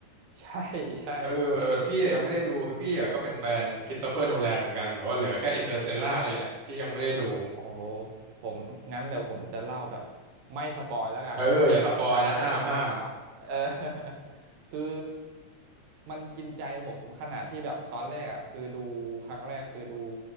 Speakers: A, on the right (about 80°); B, on the right (about 55°).
A: ใช่ใช่
B: เออเออพี่อะยังไม่ได้ดูคือพี่อะก็เป็นแฟนค h r ส s ตเฟอร์โนแลนเหมือนกันแต่ว่าเหลือแค่อินเตอร์สเตลล่านี่แหละที่ยังไม่ได้ดู
A: เออ โอ้โหผมงั้นเดี๋ยวผมจะเล่าแบบไม่สปอยแล้วกัน
B: เอออย่าสปอยนะห้ามห้าม
A: แต่ว่าจะเป็นเรื่องราวเออ <laughs> คือมันกินใจผมขนาดที่แบบตอนแรกอ่ะคือดูครั้งแรกคือดู